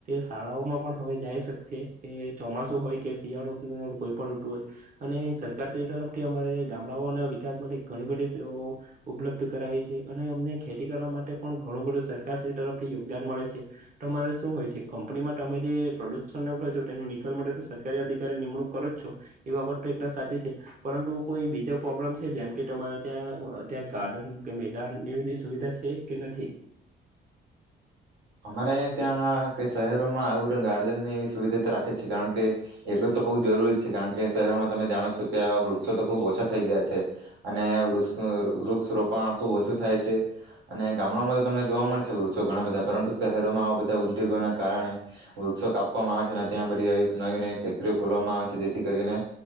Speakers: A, on the right; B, on the right.
A: શાળાઓમાં પણ હવે જાય શકશે, એ ચોમાસું હોય કે શિયાળો કોઈ પણ ઋતુ હોય અને સરકારશ્રી તરફથી અમારે ગામડાઓના વિકાસ માટે ઘણી બધી સેવાઓ ઉપલબ્ધ કરાવી છે. અને અમને ખેતી કરવા માટે પણ ઘણું બધું સરકારશ્રી તરફથી યોગદાન મળે છે. તમારે શું હોય- કંપનીમાં તમે જે પ્રદુષણને કરો છો, તેનો નિકાલ માટે તો સરકારી અધિકારી નિમણૂક કરો જ છો, એ બાબત તો એકદ સાચી છે. પરંતુ કોઈ બીજો પ્રોબ્લેમ છે, જેમ કે તમારે ત્યાં ત્યાં ગાર્ડન કે મેદાન એવીની સુવિધા છે કે નથી?
B: અમારે અહીં ત્યાં કે શહેરોમાં આવું ગાર્ડનની એવી સુવિધા રાખે છે. કારણ કે એટલું તો હોવુ જરૂરી છે. કારણ કે શહેરોમાં તમે જાણો છો, કે આ વૃક્ષો તો ખુબ ઓછા થઈ ગયા છે અને વૃક્ષનું વૃક્ષ રોપણ ખુબ ઓછું થાય છે. અને ગામડાઓમાં તો તમને જોવા મળે છે, વૃક્ષો ઘણા બધા પરંતુ શહેરોમાં આવા બધા ઉદ્યોગોના કારણે વૃક્ષો કાપવામાં આવે છે. અને ત્યાં બધી નવી નવી ફેક્ટરીઓ ખોલવામાં આવે છે. જેથી કરીને